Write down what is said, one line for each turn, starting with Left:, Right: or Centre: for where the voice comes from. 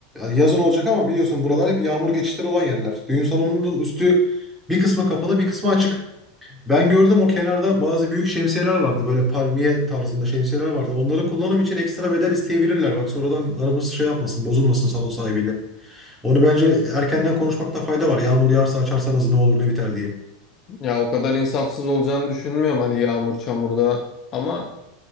Centre: yazın olacak ama biliyorsun buralar hep yağmur geçişleri olan yerler. Düğün salonunun üstü bir kısmı kapalı bir kısmı açık. Ben gördüm o kenarda bazı büyük şemsiyeler vardı. Böyle palmiye tarzında şemsiyeler vardı. Onları kullanım için ekstra bedel isteyebilirler. Bak sonradan aramız şey yapmasın, bozulmasın salon sahibiyle. Onu bence erkenden konuşmakta fayda var. Yağmur yağarsa açarsanız ne olur ne biter diye.
Left: Ya o kadar insafsız olacağını düşünmüyorum hani yağmur çamurda ama